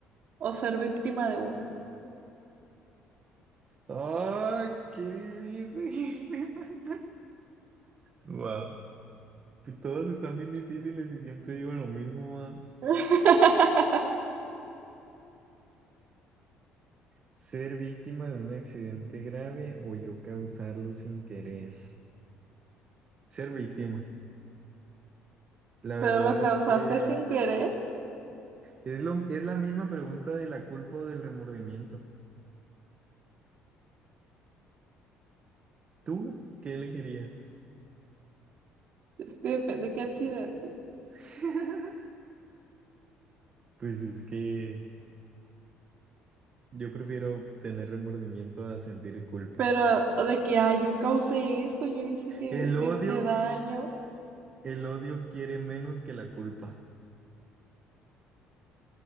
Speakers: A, on the right; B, on the right.
A: o ser víctima de uno?
B: ¡Ah! ¡Qué difícil! <laughs> Wow. Todos están bien difíciles y siempre digo lo mismo, ma.
A: <laughs>
B: Ser víctima de un accidente grave o yo causarlo sin querer. Ser víctima. La verdad
A: Pero lo causaste
B: es que
A: sin querer,
B: es lo, es la misma pregunta de la culpa o del remordimiento. ¿Tú qué elegirías?
A: es que depende de qué accidente.
B: <laughs> Pues es que yo prefiero tener remordimiento a sentir culpa.
A: Pero de que, ay, yo causé esto, yo hice que
B: El odio,
A: este daño.
B: el odio quiere menos que la culpa.